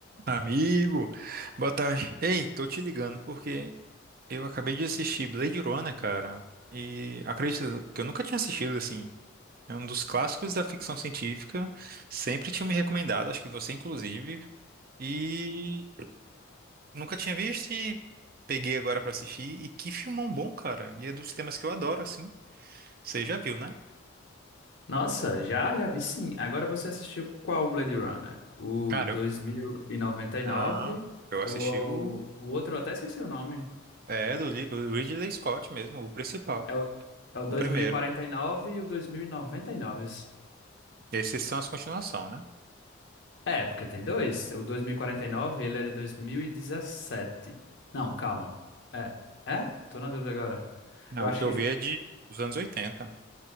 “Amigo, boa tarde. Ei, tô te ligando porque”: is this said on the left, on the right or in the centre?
Right